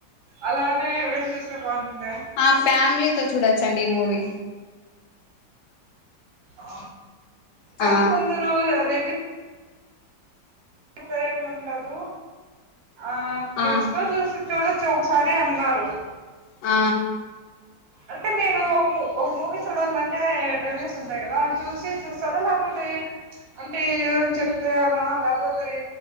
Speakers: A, on the right; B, on the left.
A: అలానే వెళ్లి చూస్తే బాగుంటుందా
B: ఆ ఫ్యామిలీతో చూడొచ్చండి ఈ మూవీ
A: ఆ కానీ
B: ఆ
A: కొందరు రివ్యూ ఒకరేం ఉండదు ఆ ఫ్రెండ్స్
B: ఆ
A: తో చూసి చూడచ్చ ఒకసారి అన్నారు
B: ఆ
A: అంటే మీరు ఒ మూ ఒక మూవీ చూడాలి అంటే రివ్యూస్ ఉంటాయి కదా చూసి చూస్తారా ల్యాకపోతే అంటే ఎవరన్న చెప్తేయాలా ల్యాకపోతే రి